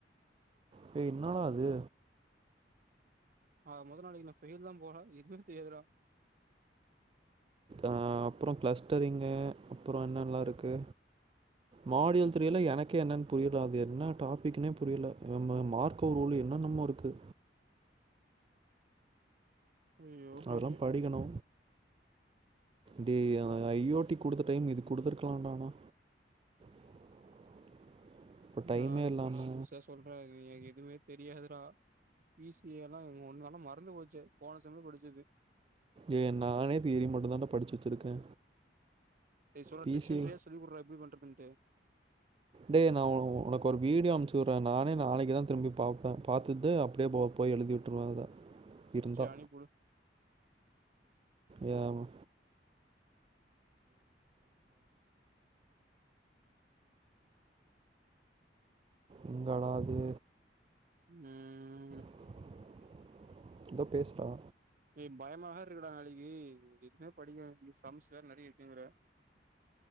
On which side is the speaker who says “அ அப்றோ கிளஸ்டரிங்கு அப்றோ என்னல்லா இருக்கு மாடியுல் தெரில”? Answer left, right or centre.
Right